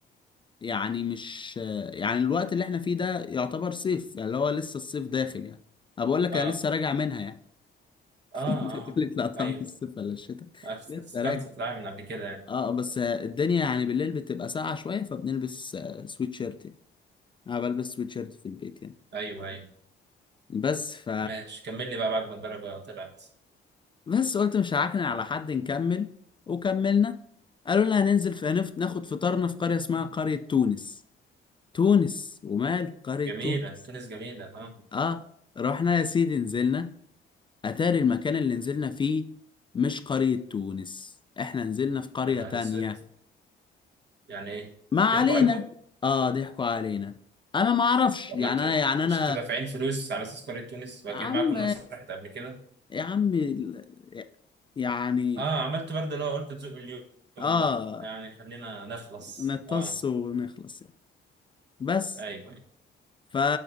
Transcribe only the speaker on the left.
يعني مش يعني الوقت اللي احنا فيه ده يعتبر صيف يعني اللي هو لسه الصيف داخل يعني أنا بقول لك
انا لسه راجع منها يعني <laughs>
تقول
لي لا طعم
الصيف ولا الشتاء
لسه
راجع
اه بس الدنيا يعني بالليل بتبقى ساقعة شوية فبنلبس آه، سويت شيرت يعني انا بلبس سويت شيرت في البيت يعني
بس ف
بس قلت مش هعكن على حد نكمل وكملنا قالوا لنا هننزل في هنفت ناخد فطارنا في قرية اسمها قرية تونس تونس ومال قرية
تونس
اه رحنا يا سيدي نزلنا اتاري المكان اللي نزلنا فيه مش قرية تونس احنا نزلنا في قرية
تانية
ما علينا
اه ضحكوا علينا انا ما اعرفش
يعني
انا يعني انا
يا عم
يا عم ال- يعني
اه
نتص
ونخلص يعني بس
ف